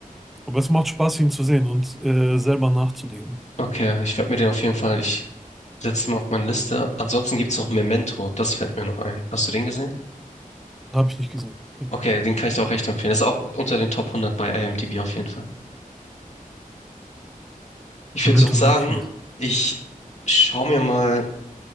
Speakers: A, in the centre; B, on the left.
A: Aber es macht Spaß, ihn zu sehen und äh, selber nachzudenken.
B: Okay, ich werde mir den auf jeden Fall, ich setze ihn mal auf meine Liste. Ansonsten gibt's noch Memento, das fällt mir noch ein. Hast du den gesehen?
A: Habe ich nicht gesehen. Okay.
B: Okay, den kann ich dir auch echt empfehlen. Das ist auch unter den Top hundert bei IMDb auf jeden Fall. Ich
A: Memento
B: würde sonst
A: merke
B: sagen,
A: ich mir.
B: ich schaue mir mal